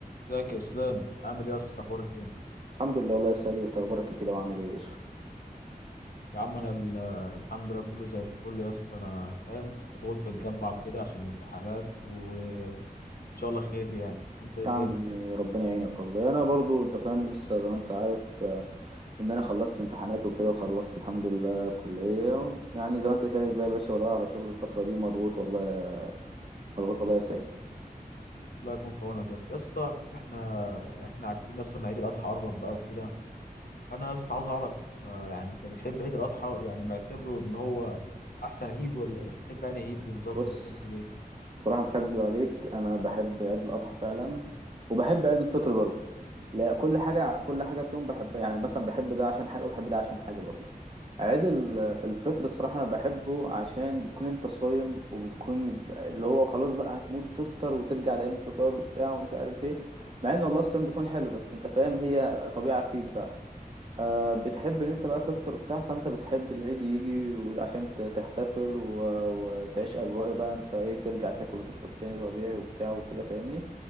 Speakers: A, on the left; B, on the right.
A: ازيك يا اسلام عامل ايه يا اسطى اخبارك ايه
B: الحمد لله والله يا ساجد انت اخبارك إيه كده وعامل ايه يا باشا
A: يا عم انا ال- الحمد لله كله زي الفل يا اسطى انا فاهم مضغوط في الجامعه وكده عشان الامتحانات وان شاء الله خير يعني انت ايه
B: يا
A: الدنيا
B: عمي ربنا يعينك والله انا برضو انت فاهم لسه زي ما انت عارف آه، ان انا خلصت امتحانات وكده وخلصت الحمد لله كلية يعني زي ما انت شايف بقى يا باشا بدور على شغل الفترة دي ومضغوط والله يا- مضغوط والله يا ساجد
A: الله يكون في عونك يا اسطى يا اسطى احنا احنا عارفين يا اسطى ان عيد الاضحى قرب بقى وكده انا يا اسطى عاوز اعرف آه، يعني انت بتحب عيد الاضحى يعني معتبره ان هو احسن عيد ولا بتحب انا عيد بالظبط
B: بص
A: وبتحبه ليه
B: صراحة مش هكدب عليك أنا بحب عيد الأضحى فعلا وبحب عيد الفطر برضو لا كل حاجة كل حاجة فيهم بحبها يعني مثلا بحب ده عشان حاجة وبحب ده عشان حاجة برضو عيد ال- الفطر الصراحة أنا بحبه عشان بتكون أنت صايم وبتكون مت- اللي هو خلاص بقى هتموت وتفطر وترجع لأيام الفطار وبتاع ومش عارف إيه مع إن والله الصيام بيكون حلو بس أنت فاهم هي طبيعة فيك بقى آه، بتحب ان انت بقى تفطر وبتاع فانت بتحب العيد يجي عشان تحتفل و- وتعيش اجواء بقى انت ايه ترجع تاكل وتشرب تاني طبيعي وبتاع وكده فاهمني